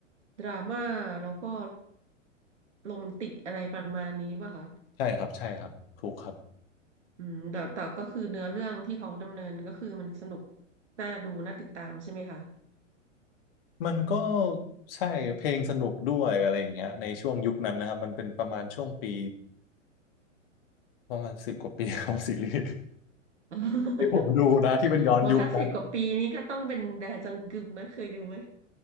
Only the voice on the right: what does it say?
ดราม่าแล้วก็โรแมนติกอะไรประมาณนี้ป่ะคะ
อืมแต่แต่ก็คือเนื้อเรื่องที่เขาดำเนินก็คือมันสนุกน่าดูน่าติดตามใช่ไหมคะ
<laughs>
โหถ้าสิบกว่าปีนี้ก็ต้องเป็นแดจังกึมนะเคยดูไหม